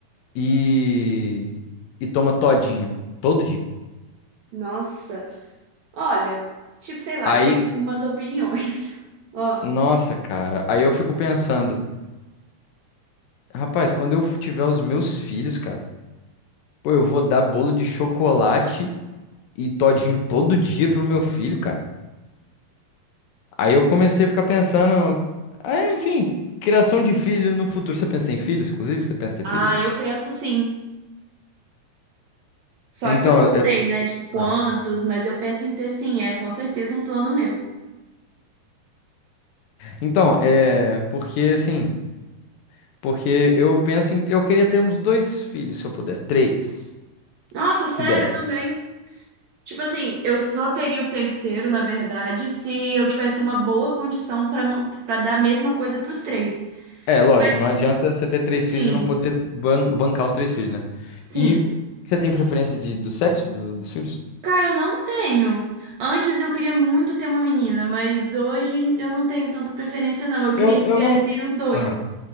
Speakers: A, on the left; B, on the right.
A: e e toma todinho. Todo dia.
B: Nossa, olha, tipo, sei lá,
A: Aí,
B: eu tenho algumas opiniões. <laughs> Ó,
A: nossa, cara, aí eu fico pensando, rapaz, quando eu tiver os meus filhos, cara, pô, eu vou dar bolo de chocolate e todinho todo dia pro meu filho, cara. Aí eu comecei a ficar pensando, aí, enfim, criação de filho no futuro. Você pensa em ter filhos, inclusive? Você pensa em ter
B: Ah,
A: filhos?
B: eu penso sim. Só
A: Então,
B: que eu não
A: eu,
B: sei,
A: eu-
B: né? Tipo, quantos,
A: Ah.
B: mas eu penso em ter sim, é com certeza um plano meu.
A: então, é porque assim, porque eu penso em, eu queria ter uns dois filhos se eu pudesse, três,
B: nossa, sério,
A: se desse.
B: eu também. Tipo assim, eu só teria o terceiro, na verdade, se eu tivesse uma boa condição para para dar a mesma coisa para os três.
A: É, lógico,
B: Mas
A: não adianta você ter três filhos
B: sim,
A: e não poder ban- bancar os três filhos, né?
B: sim.
A: E você tem preferência de, do sexo do- dos filhos?
B: Cara, eu não tenho. Antes eu queria muito ter uma menina, mas hoje eu não tenho tanta preferência, não. Eu queria
A: Eu,
B: que
A: eu
B: viesse
A: não,
B: os dois.
A: Aham.